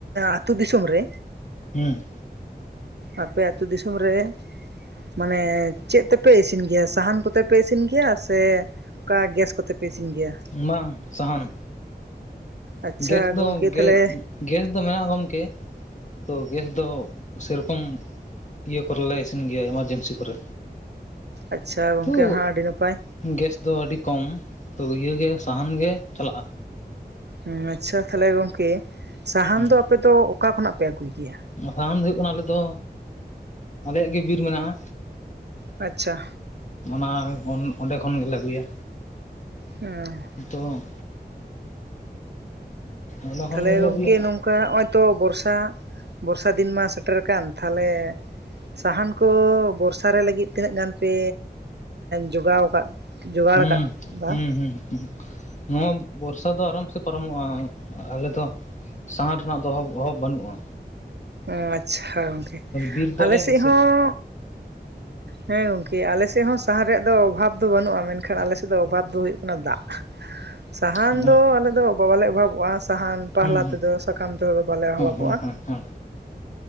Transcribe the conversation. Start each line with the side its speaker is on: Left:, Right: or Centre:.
Right: ᱟᱹᱛᱩᱳ ᱫᱤᱥᱚᱢ ᱨᱮ
Left: ᱦᱩᱸ
Right: ᱟᱯᱮ ᱟᱸᱛᱩ ᱫᱤᱥᱚᱢ ᱨᱮ ᱢᱟᱱᱮ ᱪᱮᱫ ᱛᱮᱯᱮ ᱤᱥᱤᱱ ᱜᱮᱭᱟ ᱥᱟᱦᱟᱱ ᱠᱚᱛᱮ ᱯᱮ ᱤᱥᱤᱱ ᱜᱮᱭᱟ ᱥᱮ ᱚᱝᱠᱟ ᱜᱮᱥ ᱠᱚᱛᱮ ᱯᱮ ᱤᱥᱤᱱ ᱜᱮᱭᱟ?
Left: ᱵᱟᱝ ᱥᱟᱦᱟᱱ
Right: ᱟᱪᱪᱷᱟ
Left: ᱜᱮᱥ ᱫᱚ
Right: ᱜᱚᱝᱠᱮ
Left: ᱜᱮ
Right: ᱛᱟᱦᱚᱞᱮ
Left: ᱜᱮᱥ ᱫᱚ ᱢᱮᱱᱟᱜᱼᱟ ᱜᱚᱢᱠᱮ ᱛᱚ ᱜᱮᱥ ᱫᱚ ᱥᱮᱨᱚᱠᱚᱢ ᱤᱭᱟᱹ ᱠᱚᱨᱮᱞᱮ ᱤᱥᱤᱱ ᱜᱮᱭᱟ ᱮᱢᱟᱨᱡᱮᱱᱥᱤ ᱠᱚᱨᱮ᱾
Right: ᱟᱪᱪᱷᱟ ᱜᱚᱝᱠᱮ
Left: ᱛᱚ
Right: ᱦᱟᱸᱜ ᱟᱹᱰᱤ ᱱᱟᱯᱟᱭ
Left: ᱜᱮᱥ ᱫᱚ ᱟᱹᱰᱤ ᱠᱚᱢ ᱛᱚ ᱤᱭᱟᱹᱜᱮ ᱥᱟᱦᱟᱱ ᱜᱮ ᱪᱟᱞᱟᱜᱼᱟ᱾
Right: ᱦᱮᱸ ᱟᱪᱪᱷᱟ ᱛᱟᱦᱞᱮ ᱜᱚᱝᱠᱮ ᱥᱟᱦᱟᱱ
Left: ᱦᱩᱸ
Right: ᱫᱚ ᱟᱯᱮ ᱫᱚ ᱚᱠᱟ ᱠᱷᱚᱱᱟᱜ ᱯᱮ ᱟᱹᱜᱩᱭ ᱜᱮᱭᱟ?
Left: ᱥᱟᱦᱟᱱ ᱫᱚ ᱦᱩᱭᱩᱜ ᱠᱟᱱᱟ ᱟᱞᱮ ᱫᱚ ᱟᱞᱮᱭᱟᱜ ᱜᱮ ᱵᱤᱨ ᱢᱮᱱᱟᱜᱼᱟ
Right: ᱟᱪᱪᱷᱟ
Left: ᱚᱱᱟ ᱚᱸᱰᱮ ᱠᱷᱚᱱ ᱜᱮᱞᱮ ᱟᱹᱜᱩᱭᱟ᱾
Right: ᱦᱮᱸ
Left: ᱛᱚ ᱚᱸᱰᱮ ᱠᱷᱚᱱ
Right: ᱛᱟᱦᱚᱞᱮ
Left: ᱜᱮᱞᱮ
Right: ᱜᱚᱝᱠᱮ
Left: ᱟᱹᱜᱩᱭᱟ
Right: ᱱᱚᱝᱠᱟ ᱱᱚᱜᱼᱚᱭ ᱛᱚ ᱵᱚᱨᱥᱟ ᱵᱚᱨᱥᱟ ᱫᱤᱱ ᱢᱟ ᱥᱮᱴᱮᱨ ᱟᱠᱟᱱ, ᱛᱟᱦᱚᱞᱮ ᱥᱟᱦᱟᱱ ᱠᱚ ᱵᱚᱨᱥᱟᱮ ᱞᱟᱹᱜᱤᱫ ᱛᱤᱱᱟᱹᱜ ᱜᱟᱱ ᱯᱮ ᱡᱚᱜᱟᱣ ᱟᱠᱟᱫ? ᱡᱚᱜᱟᱲ
Left: ᱦᱩᱸ,
Right: ᱟᱠᱟᱫ ᱫᱟ
Left: ᱦᱩᱸ ᱦᱩᱸ ᱦᱩᱸ ᱱᱚᱣᱟ ᱵᱚᱨᱥᱟ ᱫᱚ ᱟᱨᱟᱢ ᱥᱮ ᱯᱟᱨᱚᱢᱚᱜᱼᱟ ᱟᱞᱮ ᱫᱚ ᱥᱟᱦᱟᱱ ᱨᱮᱱᱟᱜ ᱫᱚ ᱚᱵᱷᱟᱵ ᱚᱵᱷᱟᱵ ᱵᱟᱹᱱᱩᱜᱼᱟ᱾
Right: ᱚ ᱟᱪᱪᱷᱟ ᱜᱚᱝᱠᱮ
Left: ᱵᱤᱨ ᱫᱚ
Right: ᱟᱞᱮ
Left: ᱟᱞᱮᱭᱟᱜ
Right: ᱥᱮᱫ
Left: ᱜᱮᱥᱮ
Right: ᱦᱚᱸ ᱦᱮᱸ ᱜᱚᱝᱠᱮ ᱟᱞᱮ ᱥᱮᱫ ᱦᱚᱸ ᱥᱟᱦᱟᱱ ᱨᱮᱭᱟᱜ ᱫᱚ ᱚᱵᱷᱟᱵ ᱫᱚ ᱵᱟᱹᱱᱩᱜᱼᱟ ᱢᱮᱱᱠᱷᱟᱱ ᱟᱞᱮᱥᱮᱫ ᱫᱚ ᱚᱵᱷᱟᱵ ᱫᱚ ᱦᱩᱭᱩᱜ ᱠᱟᱱᱟ ᱫᱟᱜ᱾ <inaudible> ᱥᱟᱦᱟᱱ
Left: ᱦᱩᱸ
Right: ᱫᱚ ᱟᱞᱮ ᱫᱚ ᱵᱟ ᱵᱟᱞᱮ ᱚᱵᱷᱟᱵᱚᱜᱼᱟ ᱥᱟᱦᱟᱱ ᱯᱟᱦᱞᱟ
Left: ᱦᱩᱸ ᱦᱮᱸ
Right: ᱛᱮᱫᱚ ᱥᱟᱠᱟᱢ ᱛᱮᱫᱚ ᱵᱟᱞᱮ ᱚᱵᱷᱟᱵᱚᱜᱼᱟ᱾
Left: ᱦᱮᱸ ᱦᱮᱸ ᱦᱮᱸ